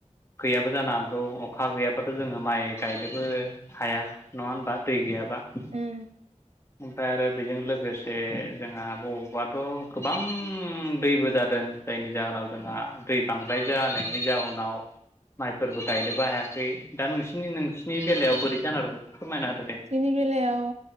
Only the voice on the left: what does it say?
गैयाबो जानो हागौ अखा गैयाब्लााथ' जोङो माइ गायनोबो हाया। नङा होनबा दै गैयाबा ओमफ्राय
आरो बेजों लोगोसे जोंहा बबावबाथ' गोबां दैबो जादों। जायनि जाहोनाव जोंहा दै बांद्राय जानायनि जाहोनाव माइफोरबो गायनोबो हायाखै दा नोंसिनि नोंसिनि बेलायाव बोरै जान आरो बेखौ फोरमायना होदो दे